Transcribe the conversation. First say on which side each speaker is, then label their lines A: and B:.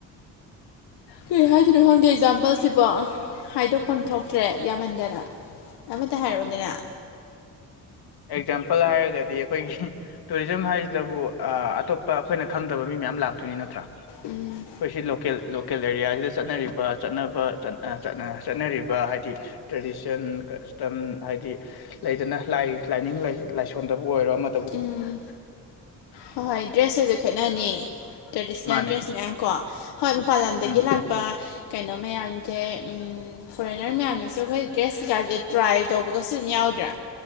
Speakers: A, on the left (about 85°); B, on the left (about 70°).
A: ꯀꯩ ꯍꯥꯏꯗꯣꯏꯅꯣ ꯈꯪꯗꯦ ꯑꯦꯛꯖꯥꯝꯄꯜꯁꯤꯕꯣ ꯍꯥꯏꯗꯣꯛꯐꯝ ꯊꯣꯛꯇ꯭ꯔꯦ ꯌꯥꯝꯃꯟꯗꯅ ꯑꯃꯇ ꯍꯥꯏꯔꯛꯑꯣꯗꯅ
B: ꯑꯦꯛꯖꯥꯝꯄꯜ ꯍꯥꯏꯔꯒꯗꯤ ꯑꯩꯈꯣꯏꯒꯤ ꯇꯨꯔꯤꯖꯝ ꯍꯥꯏꯁꯤꯗꯕꯨ ꯑꯥ ꯑꯇꯣꯞꯄ ꯑꯩꯈꯣꯏꯅ ꯈꯪꯗꯕ ꯃꯤ ꯃꯌꯥꯝ ꯂꯥꯛꯇꯣꯏꯅꯤ ꯅꯠꯇ꯭ꯔꯥ
A: ꯎꯝ
B: ꯑꯩꯈꯣꯏ ꯁꯤ ꯂꯣꯀꯦꯜ ꯂꯣꯀꯦꯜ ꯑꯦꯔꯤꯌꯥꯁꯤꯗ ꯆꯠꯅꯔꯤꯕ ꯆꯠꯅꯕ ꯆꯠꯅ ꯑꯥ ꯆꯠꯅ ꯆꯠꯅꯔꯤꯕ ꯍꯥꯏꯗꯤ ꯇ꯭ꯔꯦꯗꯤꯁꯟ ꯀꯁꯇꯝ ꯍꯥꯏꯗꯤ ꯂꯩꯗꯅ ꯂꯥꯏ ꯂꯥꯏꯅꯤꯡ ꯂꯥꯢ ꯂꯥꯏꯁꯣꯟꯗꯕꯨ ꯑꯣꯏꯔꯣ ꯑꯃ
A: ꯎꯝ ꯍꯣꯏ ꯍꯣꯏ ꯗ꯭ꯔꯦꯁꯇꯁꯨ ꯈꯦꯠꯅꯅꯤ ꯇ꯭ꯔꯦꯗꯤꯁꯅꯦꯜ
B: ꯃꯥꯅꯦ
A: ꯗ꯭ꯔꯦꯁ ꯃꯌꯥꯝ ꯀꯣ ꯍꯣꯏ ꯃꯄꯥꯟ ꯂꯝꯗꯒꯤ
B: ꯎꯝ
A: ꯂꯥꯛꯄ ꯀꯩꯅꯣ ꯃꯌꯥꯝꯖꯦ ꯎꯝ ꯎꯝ ꯐꯣꯔꯦꯟꯅꯔ ꯃꯌꯥꯝꯅꯁꯨ ꯑꯩꯈꯣꯏ ꯗ꯭ꯔꯦꯁ ꯀꯩꯀꯥꯖꯦ ꯇ꯭ꯔꯥꯏ ꯇꯧꯕꯒꯁꯨ ꯑꯗꯨꯝ ꯌꯥꯎꯗ꯭ꯔꯥ